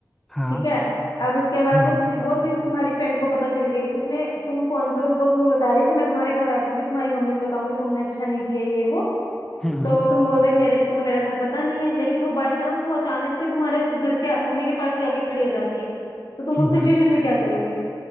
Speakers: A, in the centre; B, on the left.
A: हाँ
B: ठीक है अब उसके बाद
A: हम्म
B: वो
A: हम्म
B: सिचु- वो चीज तुम्हारी फ्रेंड को पता चल गई उसने तुम फोन पे वो तुम्हें बता रही है कि मैं तुम्हारे घर आ जाऊंगी तुम्हारी मम्मी को बताऊंगी तुमने अच्छा नहीं किया ये वो
A: हम्म
B: तो तुम बोल रहे कि अरे इसको तो मेरा घर पता नहीं है लेकिन वो बाय चांस वो अचानक से तुम्हारे घर के मम्मी के पास ही आके खड़ी हो जाती है तो तुम
A: हम्म,
B: उस सिचुएशन
A: हम्म।
B: में क्या करोगे